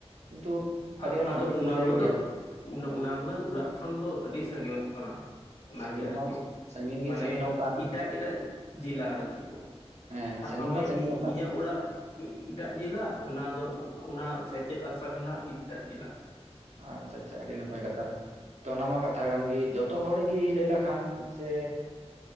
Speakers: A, on the right; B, on the left.
A: ᱠᱤᱱᱛᱩ
B: ᱟᱫᱚ
A: ᱟᱹᱰᱤ ᱜᱟᱱ ᱦᱚᱲ ᱜᱮᱠᱚ
B: ᱚᱱᱟ
A: ᱞᱟᱹᱭ
B: ᱠᱚᱫᱚ
A: ᱜᱮᱭᱟ ᱾
B: ᱚᱱᱟ ᱠᱚᱫᱚ ᱚᱲᱟᱜ ᱠᱷᱚᱱ ᱫᱚ ᱟᱹᱰᱤ ᱥᱟᱜᱤᱱᱚᱜ ᱠᱟᱱᱟ᱾ ᱚᱱᱟᱜᱮ
A: ᱥᱟᱺᱜᱤᱧ
B: ᱟᱨᱠᱤ
A: ᱢᱟ ᱥᱟᱺᱜᱤᱧ ᱜᱮ
B: ᱢᱟᱱᱮ
A: ᱥᱟᱺᱜᱤᱧᱚᱜ ᱠᱟᱱ
B: ᱮᱴᱟᱜ ᱮᱴᱟᱜ ᱡᱮᱤᱞᱟ ᱟᱨᱠᱤ ᱾
A: ᱦᱮᱸ
B: ᱥᱟᱵ
A: ᱥᱟᱺᱜᱤᱧ
B: ᱠᱟᱜ ᱢᱮ
A: ᱢᱟ ᱥᱟᱺᱜᱤᱧᱚᱜ ᱠᱟᱱ
B: ᱤᱧᱟᱹᱜ ᱚᱲᱟᱜ ᱮᱴᱟᱜ ᱡᱮᱞᱟ ᱚᱱᱟ ᱫᱚ ᱚᱱᱟ ᱥᱮᱪᱮᱫ ᱟᱥᱲᱟ ᱢᱮᱱᱟᱜᱼᱟ ᱮᱴᱟᱜ ᱡᱮᱞᱟ ᱨᱮ᱾
A: ᱟᱪᱪᱷᱟ ᱟᱪᱪᱷᱟ ᱟᱹᱰᱤ ᱱᱟᱯᱟᱭ ᱠᱟᱛᱷᱟ ᱾ ᱛᱚ ᱚᱱᱟ ᱢᱟ ᱠᱟᱛᱷᱟ ᱠᱟᱱ ᱜᱮ ᱡᱚᱛᱚ ᱦᱚᱲ ᱜᱮ ᱞᱟᱹᱭ ᱞᱮᱠᱷᱟᱱ ᱥᱮ